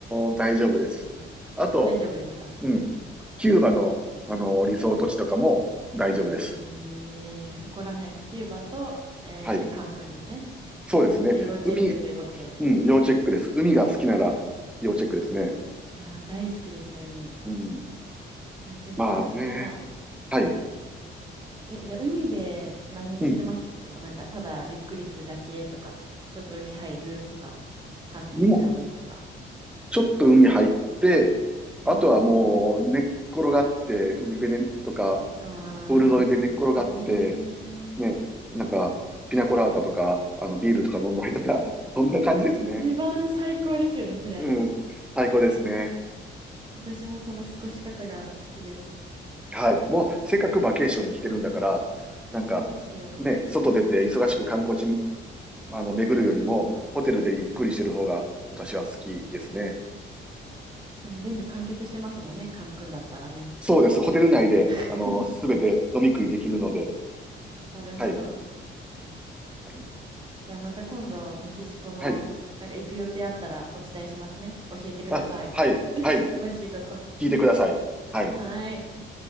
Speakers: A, in the centre; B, on the right.
A: ー大丈夫です。あと、
B: 大丈夫ですかうん。
A: うん。キューバの、あの、リゾート地とかも大丈夫です。
B: えー、そこら辺、キューバと、えー、
A: はい。
B: カンクンですね。
A: そうですね。
B: 要チェックということで。
A: 海、うん、要チェックです。海が好きなら要チェックですね。
B: いやー、大好きですね、海。
A: うん。
B: めちゃくちゃ好き。
A: まあね。
B: ただ、うん
A: はい。
B: え、じゃあ海で何してますいつも。
A: うん。
B: なんか、ただゆっくりするだけとか、ちょっと海入るとか、サーフィンしちゃうとか。
A: もう、ちょっと海入って、あとはもう寝っ転がって、
B: うんうん
A: 海辺でとか、
B: ああ、
A: プール沿いで寝っ転がって、
B: いいですね。
A: ね、なんか、ピナコラータとか、あの、ビールとか飲んだりとか、<laughs> そんな感じですね。
B: 一番最高ですよね、それ。
A: うん。最高ですね。
B: も私もその過ごし方が好きです。
A: はい。もう、せっかくバケーションに来てるんだから、なんか、
B: 本当ですよ。
A: ね、外出て忙しく観光地、あの、巡るよりも、
B: うん。
A: ホテルでゆっくりしてる方が、
B: うん
A: 私は好きですね。
B: しかも全部完結してますもんね、カン君だったらね。
A: そうです。ホテル内で、
B: <laughs>
A: あの、すべて飲み食いできるので、
B: なるほど。
A: はい。はい。
B: じゃあまた今度、メキシコの、
A: はい。
B: なんか行く予定あったらお伝えしますね。教えてくださいって。
A: あ、はい。
B: <laughs>
A: はい。
B: 詳しいこと。
A: 聞いてください。はい。
B: はい。